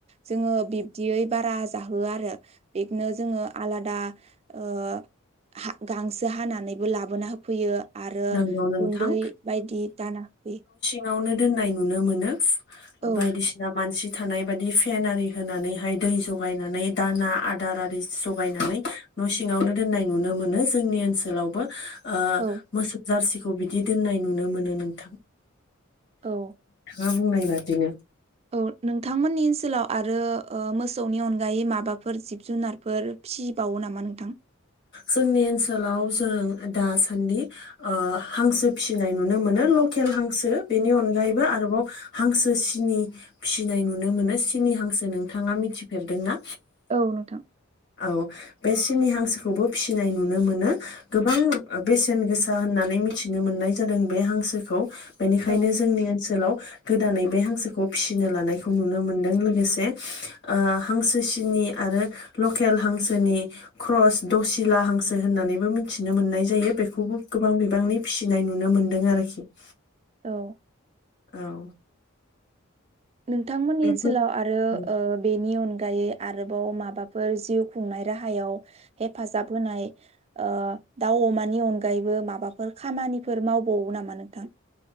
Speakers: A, on the right; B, on the left.
A: जोङो बिब्दियै बारा जाहोआ आरो बिखौनो जोङो आलादा ओ हा गांसो हानानैबो लाबोना होफैयो आरो
B: नंगौ नोंथां
A: गुन्दै बायदि दाना होफैयो
B: नावनो दोन्नाय नुनो मोनो
A: औ
B: बायदि सिना मानसि थानाय बाददि फेन आरि होनानैहाय दै जगायनानै दाना आदार आरि जगायनानै न' सिङावनो दोननाय नुनो मोनो जोंनि ओनसोलावबो ओ
A: औ
B: मोसौ जारसिखौ बिदि दोननाय नुनो मोनो नोंथां।
A: औ
B: ङा बुंनाय बादिनो
A: औ नोंथांमोननि ओनसोलाव आरो ओ मोसौनि अनगायै माबाफोर जिब-जुनारफोर फिसिबावो नामा नोंथां?
B: जोंनि ओनसोलाव जों दासान्दि ओ हांसो फिसिनाय नुनो मोनो लकेल हांसो बेनि अनगायैबो आरोबाव हांसो सिनि फिसिनाय नुनो मोन सिनि हांसो नोंथाङा मिथिफेरदोंना
A: औ नोंथां
B: औ बे सिनि हां खौबो फिसिनाय नुनो मोनो गोबां बेसेन गोसा होननानै मिथिनो मोननाय जादों बे हां गोसोखौ बेनिखायनो
A: औ
B: जोंनि ओनसोलाव गोदानै बे हांसोखौ फिसिनो लानायखौ नुनो मोनदों लोगोसे ओ हांसो सिनि आरो लकेल हांसोनि क्रस दसि ला हांसो होननानैबो मिथिनो मोननाय जायो बेखौबो गोबां बिबांनि फिसिनाय नुनो मोन्दों आरो <inaudible>
A: औ
B: औ
A: नोंथांमोननि
B: बेफोर
A: ओनसोलाव आरो
B: औ
A: ओ बेनि अन गायो आरोबाव माबाफोर जिउ खुंनाय राहायाव हेफाजाब होनाय ओ दाउ अमानि अनगायैबो माबाफोर खामानिफोर मावबावो नामा नोंथां।